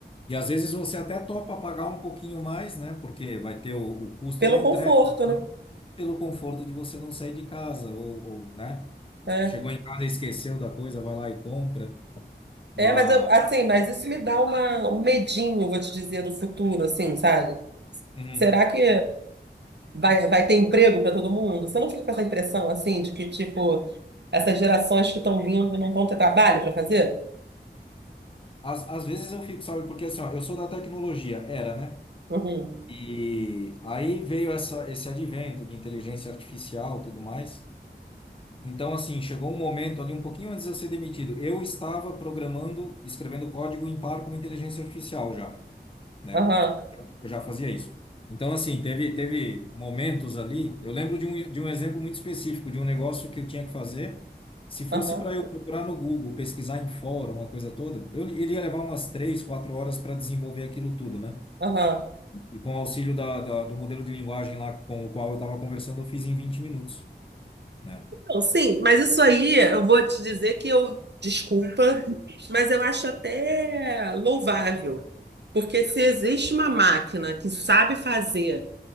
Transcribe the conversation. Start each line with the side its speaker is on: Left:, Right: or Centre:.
Left: E às vezes você até topa pagar um pouquinho mais, né? Porque vai ter o, o custo
Right: Pelo
Left: da entrega,
Right: conforto,
Left: e tal,
Right: né?
Left: pelo conforto de você não sair de casa, ou, ou, né?
Right: É,
Left: Chegou em casa e esqueceu da coisa, vai lá e compra. Mas
Right: É, mas eu, assim, mas isso me dá uma, um medinho, vou te dizer, do futuro, assim, sabe?
Left: uhum,
Right: Será que vai, vai ter emprego para todo mundo? Você não fica com essa impressão, assim, de que, tipo, essas gerações que estão vindo não vão ter trabalho para fazer?
Left: às, às vezes eu fico, sabe? Porque assim, ó, eu sou da tecnologia, era, né?
Right: Uhum.
Left: E aí veio essa, esse advento de inteligência artificial, tudo mais. Então, assim, chegou um momento ali um pouquinho antes de eu ser demitido. Eu estava programando, escrevendo código em par com uma inteligência artificial já, né?
Right: Aham,
Left: Eu já fazia isso. Então, assim, teve, teve momentos ali. Eu lembro de um, de um exemplo muito específico, de um negócio que eu tinha que fazer. Se fosse
Right: aham,
Left: para eu procurar no Google, pesquisar em fórum, uma coisa toda, eu, ele ia levar umas três, quatro horas para desenvolver aquilo tudo, né?
Right: aham.
Left: E com o auxílio da, da- do modelo de linguagem lá com o qual eu estava conversando, eu fiz em vinte minutos, né?
Right: Então, sim, mas isso aí eu vou te dizer que eu, desculpa, mas eu acho até louvável, porque se existe uma máquina que sabe fazer